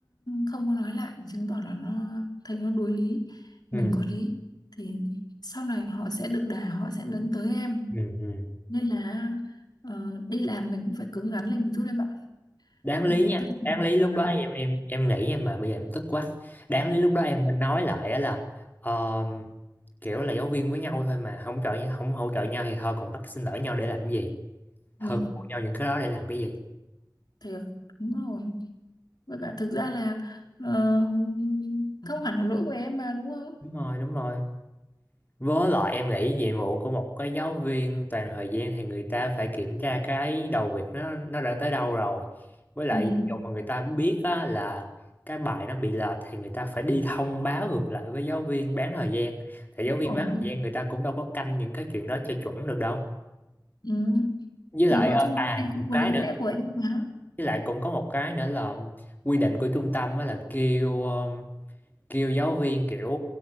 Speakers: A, on the left; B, on the left.
A: không có nói lại chứng tỏ là nó thấy nó đối lý
B: ừ
A: mình có lý thì sau này họ sẽ được đà họ sẽ lấn tới em
B: ừ, ừ.
A: nên là ờ, đi làm mình cũng phải cứng rắn lên một chút em ạ
B: đáng lý
A: Ừ,
B: nha
A: cái gì
B: đáng lý lúc
A: mà
B: đó em em em nghĩ em mà bây giờ em tức quá đáng lý lúc đó em nên nói lại á là ờ, kiểu là giáo viên với nhau thôi mà không trợ không hỗ trợ nhau thì thôi còn bắt xin lỗi nhau để làm cái gì hơn
A: ừ,
B: thua nhau những cái đó để làm cái gì
A: thiệt đúng rồi Và cả thực ra là ờ, không hẳn là lỗi của em mà đúng không
B: đúng rồi đúng rồi Với lại em nghĩ nhiệm vụ của một cái giáo viên toàn thời gian thì người ta phải kiểm tra cái đầu việc nó nó đã tới đâu rồi. Với lại
A: ừ,
B: ví dụ mà người ta biết á, là cái bài nó bị lệch thì người ta phải đi thông báo ngược lại với giáo viên bán thời gian. Thì giáo viên
A: ổn
B: bán thời gian người ta cũng đâu có canh những cái chuyện đó cho chuẩn được đâu.
A: ừ.
B: Với lại
A: thì nói
B: ờ,
A: chung
B: à
A: là em cũng
B: một
A: có
B: cái
A: lý
B: nữa,
A: lẽ của em mà
B: với lại cũng có một cái nữa là quy định của trung tâm á là kêu ờ, kêu giáo viên kiểu